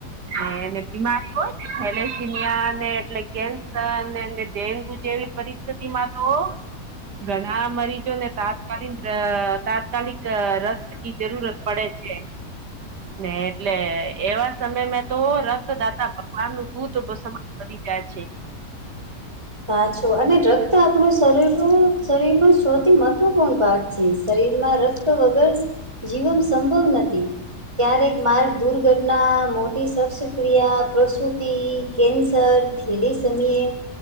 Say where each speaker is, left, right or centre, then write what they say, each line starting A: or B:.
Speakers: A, on the right; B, on the right.
A: અને એને બીમારી હોયને થેલેસીમિયા ને એટલે કેન્સર ને એને ડેન્ગુ જેવી પરિસ્થિતિમાં તો ઘણા મરીજોને તાત્કાલીન અ તાત્કાલિક રસ ની જરૂરત પડે છે. ને એટલે એવા સમય મેં તો રક્તદાતા ભગવાનનું દૂત સમાન બની જાય છેક
B: સાચું અને રક્ત આપણું શરીરનું શરીરનું સૌથી મહત્વપૂર્ણ ભાગ છે શરીરમાં રક્ત રક્ત વગર જીવન સંભવ નથી. ક્યારેક માર્ગ દુર્ઘટના મોટી શસ્ત્રક્રિયા પ્રસુતિ કેન્સર ખીલી સમયે